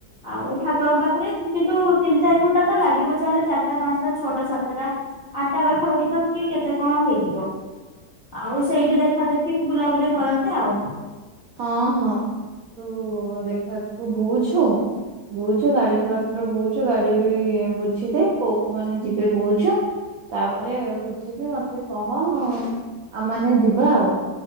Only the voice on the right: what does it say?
ହଁ ହଁ ତୁ ଦେଖା ତୁ ବୁଝୁ। ବୁଝୁ ଗାଡି ଫତ୍ର ବୁଝୁ ଗାଡି ବି ବୁଝିଦେ କୋଉ କୋଉ ମାନେ ଯିବେ ବୁଝୁ। ତାପରେ ବୁଝିକି ମତେ କହ ଆମମାନେ ଯିବା ଆଉ।